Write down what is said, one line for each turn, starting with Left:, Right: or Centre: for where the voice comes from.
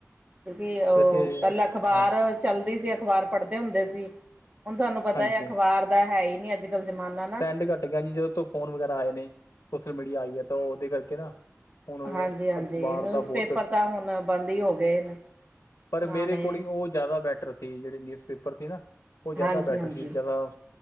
Right: ਕਿਉਂਕਿ ਉਹ
Left: ਵੈਸੇ
Right: ਪਹਿਲਾਂ ਅਖ਼ਬਾਰ
Left: ਹਾਂ
Right: ਚੱਲਦੀ ਸੀ ਅਖ਼ਬਾਰ ਪੜ੍ਹਦੇ ਹੁੰਦੇ ਸੀ ਹੁਣ ਤੁਹਾਨੂੰ ਪਤਾ
Left: ਹਾਂਜੀ
Right: ਐ ਅਖ਼ਬਾਰ ਦਾ ਹੈ ਈ ਨੀ ਅੱਜ-ਕੱਲ ਜਮਾਨਾ।
Left: ਟਰੈਂਡ ਘੱਟ ਗਿਆ ਜੀ ਜਦੋਂ ਤ ਫੋਨ ਵਗੈਰਾ ਆਏ ਨੇ ਸੋਸ਼ਲ ਮੀਡੀਆ ਆਈ ਐ ਤਾਂ ਉਹਦੇ ਕਰਕੇ ਨਾ। ਹੁਣ
Right: ਹਾਂਜੀ-ਹਾਂਜੀ
Left: ਅਖ਼ਬਾਰ
Right: ਨਿਊਜ਼
Left: ਦਾ ਬਹੁਤ
Right: ਪੇਪਰ ਤਾਂ ਹੁਣ ਬੰਦ ਈ ਹੋ ਗਏ ਨੇ।
Left: ਪਰ
Right: ਪੁਰਾਣੇ
Left: ਮੇਰੇ ਅਕੋਡਿੰਗ ਉਹ ਜ਼ਿਆਦਾ ਬੈ ਸੀ ਜਿਹੜੇ ਨਿਊਜ਼ ਪੇਪਰ ਸੀ ਨਾ ਉਹ ਜ਼ਿਆਦਾ
Right: ਹਾਂਜੀ-ਹਾਂਜੀ,
Left: ਬੈਟਰ ਸੀ ਜਿਆਦਾ,